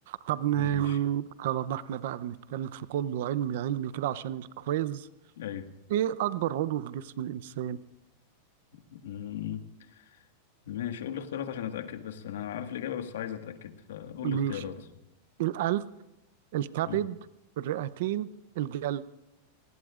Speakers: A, on the right; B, on the left.
A: طب ن-
B: ماشي
A: طالما احنا بقى بنتكلم في كله علمي علمي كده عشان الكويز
B: أيوه
A: إيه أكبر عضو في جسم الإنسان؟
B: مم. ماشي قول لي اختيارات عشان اتاكد بس انا عارف الاجابه بس عايز اتاكد فقول
A: ماشي
B: لي اختيارات
A: القلب الكبد
B: مم.
A: الرئتين الجلد